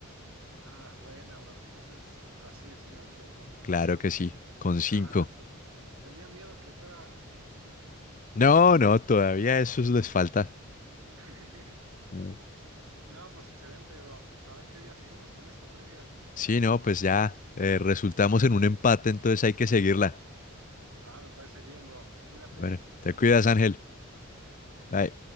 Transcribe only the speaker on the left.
Claro que sí, con cinco.
No, no, todavía eso les falta.
Mm.
Sí, no, pues ya eh, resultamos en un empate, entonces hay que seguirla.
Bueno, te cuidas, Ángel. Bye.